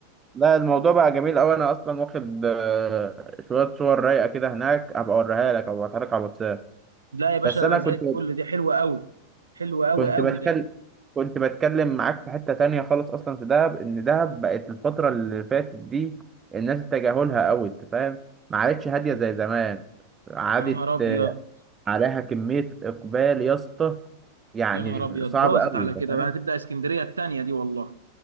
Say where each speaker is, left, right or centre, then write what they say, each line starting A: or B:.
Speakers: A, on the right; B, on the right.
A: لا الموضوع بقى جميل قوي انا اصلا واخد آه، شويه صور رايقه كده هناك هبقى اوريها لك او هبعتها لك على الواتساب
B: لا يا باشا
A: بس انا
B: انا زي
A: كنت
B: الفل دي حلوه قوي حلوه قوي
A: كنت
B: قوي
A: بتكلم
B: ده
A: كنت بتكلم معاك في حته تانية خالص اصلا في دهب ان دهب بقت الفتره اللي فاتت دي الناس تجاهلها قوي انت فاهم ما عادتش هاديه زي زمان عادت
B: يا نهار ابيض
A: عليها كميه اقبال يا اسطى يعني
B: يا نهار ابيض
A: صعب
B: باظت
A: قوي
B: على
A: انت
B: كده
A: فاهم
B: بقى هتبدا اسكندريه التانيه دي والله